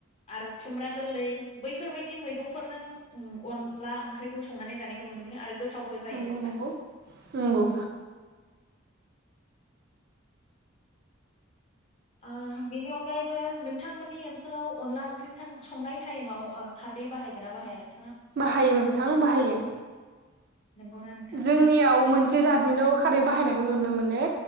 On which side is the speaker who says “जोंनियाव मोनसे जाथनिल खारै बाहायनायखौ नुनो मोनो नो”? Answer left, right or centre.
Right